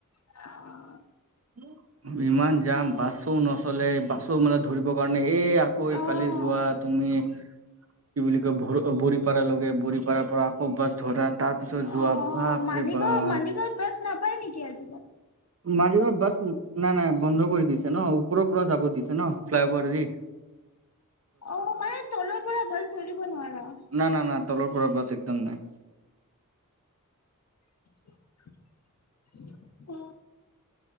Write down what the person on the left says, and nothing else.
<inaudible>
অ',
অ',
মালিগাঁও মালিগাঁৱত বাছ নাপায় নেকি আজি
অ', মানে তলৰ পৰা বাছ ধৰিব নোৱাৰা।
<inaudible>